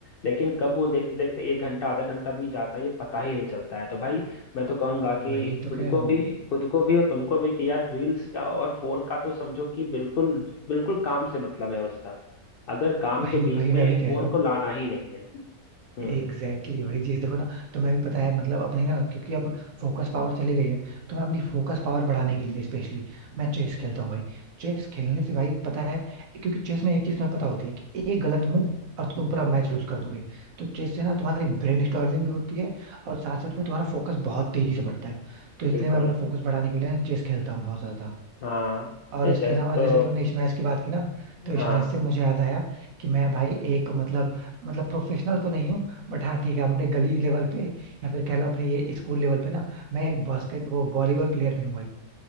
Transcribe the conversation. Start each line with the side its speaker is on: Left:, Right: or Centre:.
Left: लेकिन कब वो देखते देखते एक घंटा आधा घंटा भी जाता है ये पता ही नहीं चलता है तो भाई मैं तो कहूंगा कि
Right: वही तो
Left: खुद
Right: कह रहा
Left: को
Right: हूँ
Left: भी खुद को भी और तुमको भी कि यार रील्स का और फोन का तो समझो कि बिल्कुल बिल्कुल काम से मतलब है उसका अगर काम
Right: वही
Left: के बीच
Right: वही
Left: में
Right: मैं भी कह
Left: फोन
Right: रहा हूँ
Left: को लाना ही नहीं है हम्म
Right: एग्जैक्टली exactly, वही चीज देखो ना तो मैं भी पता है मतलब अपनी ना क्योंकि अब फोकस पावर चली गई है तो मैं अपनी फोकस पावर बढ़ाने के लिए स्पेशली मैं चेस खेलता हूँ भाई चेस खेलने से भाई पता है क्योंकि चेस में एक चीज तुम्हें पता होती है कि एक गलत मूव और तुम पूरा मैच लूज कर दोगे तो चेस से ना तुम्हारी ब्रेन स्टॉर्मिंग भी होती है और साथ साथ में तुम्हारा फोकस बहुत तेजी से बढ़ता है तो इसलिए
Left: बिल्कुल
Right: मैं अपना फोकस बढ़ाने के लिए ना चेस खेलता हूँ बहुत ज्यादा
Left: हाँ
Right: और
Left: ये
Right: इसके
Left: चेस
Right: अलावा
Left: तो
Right: जैसे तुमने स्मैश की बात की ना तो
Left: हाँ
Right: स्मैश से मुझे याद आया कि मैं भाई एक मतलब मतलब प्रोफेशनल तो नहीं हूँ बट हाँ ठीक है अपने गली लेवल पे या फिर कह लो अपने ये स्कूल लेवल पे ना मैं एक बास्केट वो वॉलीबॉल प्लेयर भी हूँ भाई